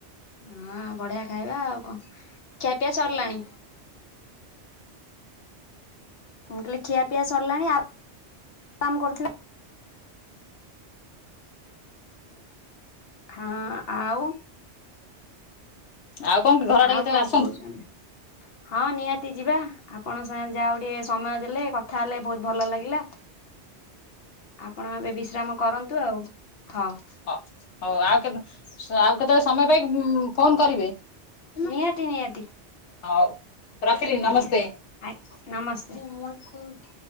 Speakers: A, on the left; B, on the left.
A: ହଁ ବଢିଆ ଖାଇବା ଆଉ କଣ ଖିଆପିଆ ସରିଲାଣି। ମୁଁ କହିଲି ଖିଆ ପିଆ ସରିଲାଣି ଆଉ ଆରାମ କରୁଥିବେ। ହଁ ଆଉ।
B: ଆଉ କଣ କି ଘର ଆଡେ
A: ଆଉ
B: କେତେବେଳେ
A: କଣ
B: ଆସନ୍ତୁ।
A: କହୁଛନ୍ତି? ହଁ ନିହାତି ଯିବା। ଆପଣ ସାଙ୍ଗ ଯାହା ଟିକେ ସମୟ ଦେଲେ କଥା ହେଲେ ବହୁତ ଭଲ ଲାଗିଲା। ଆପଣ ଏବେ ବିଶ୍ରାମ କରନ୍ତୁ ଆଉ ହଉ।
B: ହଁ ହଉ ଆଉ କେ ଆଉ କେତେବେଳେ ସମୟ ପାଇକି ଫୋନ କରିବେ।
A: ନିହାତି ନିହାତି
B: ହଉ ରଖିଲି ନମସ୍ତେ।
A: ଆଜ୍ଞା। ଆ ନମସ୍ତେ।